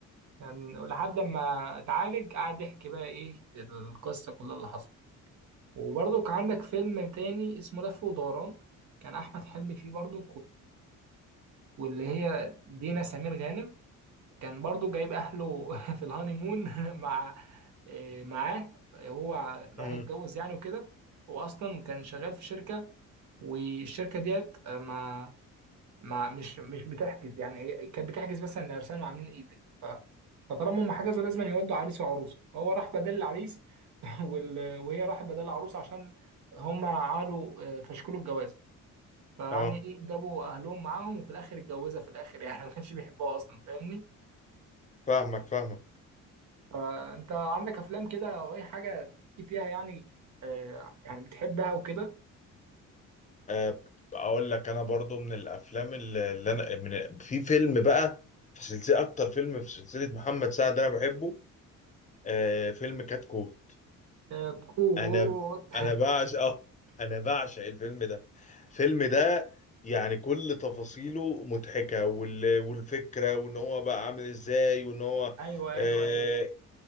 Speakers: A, on the right; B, on the left.
A: يعني لحد ما اتعالج قعد يحكي بقى إيه القصة كلها اللي حصلت وبرضه كان عندك فيلم تاني اسمه لف ودوران كان أحمد حلمي فيه برضه واللي هي دينا سمير غانم كان برضو جايب اهله <laughs> في الهانيمون <laughs> مع آه، معاه هو راح
B: امم
A: يتجوز يعني وكده هو اصلا كان شغال في شركه والشركه ديت آه، ما ما مش مش بتحجز يعني هي كانت بتحجز مثلا لعرسان وعاملين ايفنت ف فطالما هم حجزوا لازم يودوا عريس وعروسه فهو راح بدل العريس <laughs> وال... وهي راحت بدل العروسه عشان هم عملوا آه، فشكلوا الجواز فيعني
B: اه
A: إيه، جابوا اهلهم معاهم وفي الاخر اتجوزها في الاخر يعني <laughs> ما كانش بيحبها اصلا فاهمني
B: فاهمك فاهمك
A: فانت عندك افلام كده او اي حاجه تحكي فيها يعني آه يعني بتحبها وكده
B: آه اقول لك انا برضو من الافلام اللي اللي انا من في فيلم بقى في سلسله اكتر فيلم في سلسله محمد سعد انا بحبه آه فيلم كتكوت
A: آه، كوت
B: انا انا بعشق اه انا بعشق الفيلم ده الفيلم ده يعني كل تفاصيله مضحكه وال... والفكره وان هو بقى عامل ازاي وان هو
A: <laughs> ايوه
B: آه،
A: ايوه ايوه